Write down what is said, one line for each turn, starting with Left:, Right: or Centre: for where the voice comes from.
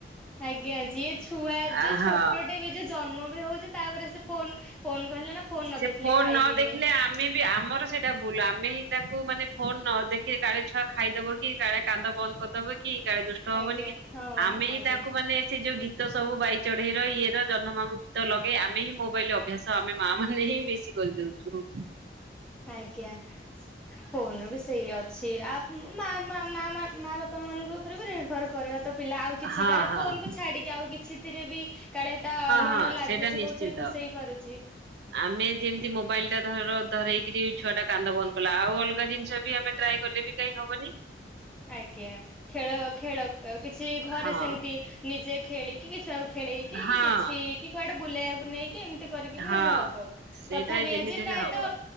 Centre: ଆଜ୍ଞା ଯିଏ ଛୁଆ
Right: ଆ
Centre: ଯେ
Right: ହଁ।
Centre: ଛୋଟଟେ ବି ଜନ୍ମ ବି ହଉଛି ତାପରେ ସେ ଫୋନ ଫୋନ୍ କହିଲା ନା ଫୋନ ନ
Right: ସେ
Centre: ଦେଖିଲେ
Right: ଫୋନ
Centre: ଖାଇବିନି
Right: ନ ଦେଖିଲେ ଆମେ ଆମର ସେଇଟା ଭୁଲ ଆମେ ହିଁ ତାକୁ ମାନେ ଫୋନ ନ ଦେଖି କାଳେ ଛୁଆ ଖାଇଦବ କି କାଳେ କାନ୍ଦ ବନ୍ଦ କରିଦବ କି କି କାଳେ ଦୁଷ୍ଟ ହବନି
Centre: ଆଜ୍ଞା
Right: କି
Centre: ହଁ ହଁ
Right: ଆମେଁ ହିଁ
Centre: ଆଜ୍ଞା
Right: ତାକୁ ମାନେ ସେ ଯୋଉ ଗୀତ ଗୀତ ସବୁ ବାଇ ଚଢେଇ ର ଇଏ ର ଜହ୍ନ ମାମୁ ଗୀତ ଲଗେଇ ଆମେ ହିଁ ମୋବାଇଲ ଅଭ୍ୟାସ ଆମେ ମା ମାନେ ହିଁ ବେଶୀ କରିଦଉଛୁ
Centre: ଆଜ୍ଞା ଫୋନରେ ବି ସେଇଆ ଅଛି ଆପ୍ ମା ମା ମା ମା ମା ବାପା ମାନଙ୍କ ଉପରେ ବି ନିର୍ଭର କରେ ତ ପିଲା ଆଉ କିଛି
Right: ହଁ ହଁ
Centre: କାଳେ
Right: ହଁ
Centre: ଫୋନକୁ ଛାଡିକି ଆଉ କିଛିଥିରେ ବି କାଳେ ତା ମନ
Right: ହଁ
Centre: ଲାଗୁଚି
Right: ସେଇଟା ନିଶ୍ଚିନ୍ତ।
Centre: କୋଉଥିରେ ଖୁସି ହେଇ ପାରୁଚି।
Right: ଆମେ ଯେମିତି ମୋବାଇଲଟା ଧର ଧରେଇକିରି ଛୁଆଟା କାନ୍ଦ ବନ୍ଦ କଲା ଆଉ ଅଲଗା ଜିନିଷ ବି ଆମେ ଟ୍ରାଏ କଲେ ବି କାଇଁ ହବନି।
Centre: ଆଜ୍ଞା ଖେଳ ଅ ଖେଳ ତ କିଛି ଘରେ
Right: ହଁ
Centre: ସେମିତି ନିଜେ ଖେଳିକି କି ଛୁଆକୁ ଖେଳେଇକି
Right: ହଁ।
Centre: କି କିଛି କି କୁଆଡେ ବୁଲେଇବାକୁ ନେଇକି ଏମିତି କରିକି
Right: ହଁ
Centre: ବି ହେଲେ ହବ।
Right: ସେଇଟା
Centre: ତଥାପି
Right: ଯେମିତି
Centre: ଆଜି
Right: ହେଲେ
Centre: ପ୍ରାୟତ
Right: ହବ